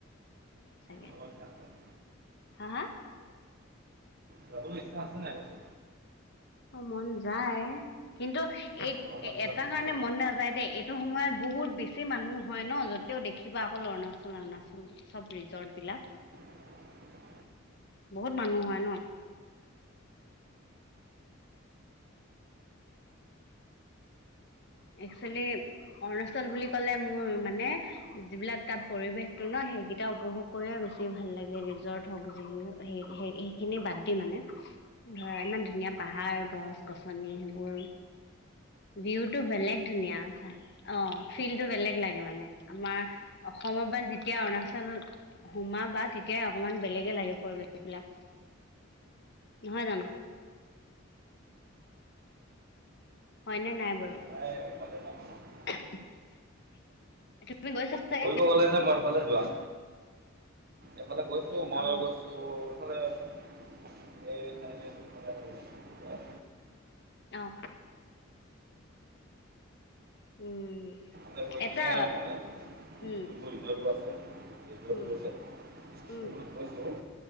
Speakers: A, on the left; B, on the right.
A: চাগে,
B: যাবৰ ইচ্ছা আছে নাই?
A: হাঁ হাঁ?
B: যাবলে ইচ্ছা আছে নাই কৈছো?
A: অ' মন যায় কিন্তু এই
B: গৰমৰ দিনত
A: এটা কাৰণে
B: ভাল
A: মন নাযায় দেই‌ এ এইটো সময়ত বহুত বেছি মানুহ হয় ন', যতেও দেখিবা অকল অৰুণাচল অৰুণাচল চব ৰিজৰ্ট বিলাক।
B: <unintelligible>
A: বহুত মানুহ হয় ন'? একচুৱেলি অৰুণাচল বুলি কলে, মোৰ মানে যিবিলাক তাত পৰিৱেশটো ন' সেইকেইটা উপভোগ কৰিয়ে বেছি ভাল লাগে ৰিজৰ্ট হওক যিয়ে সেই সেই সেইখিনি বাদ দি মানে। ধৰা, ইমান ধুনীয়া পাহাৰ, গছ গছনি সেইবোৰ ভিউ টো বেলেগ ধুনীয়া চা অঁ ফিলটো বেলেগ লাগে মানে আমাৰ অসমৰ পা যেতিয়া অৰুণাচল সোমাবা তেতিয়াই অকমান বেলেগে লাগে পৰিৱেশ বিলাক, নহয় জানো? হয়নে নাই বাৰু?
B: <unintelligible>
A: <unintelligible> তুমি গৈছা চাগে
B: ফুৰিব গ'লে যে মই সেফালে যাওঁ। এইফালে গৈছো, মই
A: অ
B: গৈছো এইফালে এই চাইদে যোনফালে হলো মানে‌, কি কয়
A: অঁ উম
B: তে গৈ
A: এটা
B: কিনে মানে
A: উম
B: সেইবোৰ ৰিৰ্জতবোৰ আছে, ৰিৰ্জট
A: উম
B: বোৰ যে
A: উম
B: সেইবোৰত গৈছো,